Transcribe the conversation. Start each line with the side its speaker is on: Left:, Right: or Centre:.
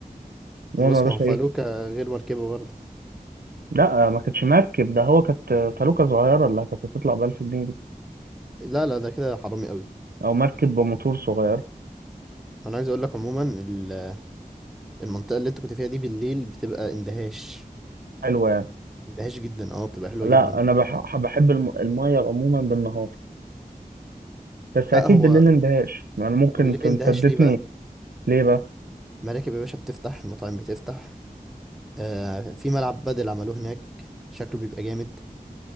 Right: المهم
Centre: بص
Right: يا باشا
Centre: ما هو فالوكا
Right: إيه
Centre: غير مركبه برضه
Right: لا ما كانتش مركب ده هو كانت فلوكة صغيرة اللي كانت هتطلع ب 1000 جنيه دي
Centre: لا لا ده كده حرامي قوي
Right: أو مركب بموتور صغير
Centre: انا عايز اقول لك عموما ال- المنطقه اللي انت كنت فيها دي بالليل بتبقى اندهاش
Right: حلوة يعني
Centre: اندهاش جدا اه بتبقى حلوه
Right: لا
Centre: جدا
Right: أنا بح... بحب الم... المية عموما بالنهار بس
Centre: لا
Right: أكيد
Centre: هو
Right: بالليل اندهاش يعني ممكن
Centre: هو بالليل
Right: تمتدتني
Centre: اندهاش ليه بقى
Right: ليه بقى؟
Centre: مراكب يا باشا بتفتح المطاعم بتفتح آه في ملعب بدل عملوه هناك شكله بيبقى جامد